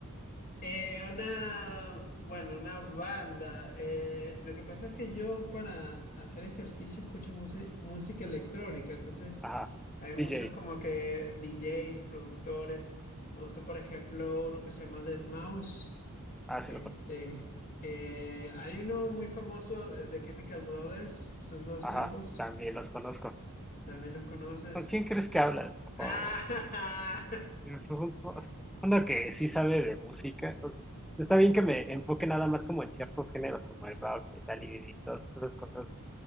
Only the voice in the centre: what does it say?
Ajá.
DJ.
Ah,
se lo conozco.
Ajá.
También los conozco.
¿Con quién crees que hablas, por
favor? Eso es un po-
uno que sí sabe de música. o sea, está bien que me enfoque nada más como en ciertos géneros, como el rock, metal y, y todas esas cosas de,